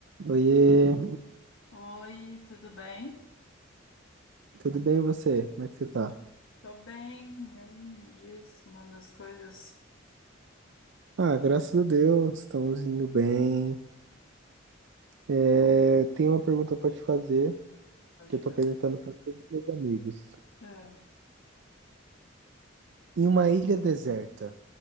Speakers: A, on the right; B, on the left.
A: Oiê,
B: Oi, tudo bem?
A: tudo bem e você? Como é que você tá?
B: Tô bem. E aí, me diz como anda as coisas?
A: Ah, graças a Deus, estamos indo bem. É, tenho uma pergunta pra te fazer,
B: Pode
A: que eu tô
B: fazer.
A: perguntando pra todos os meus amigos.
B: É.
A: Em uma ilha deserta,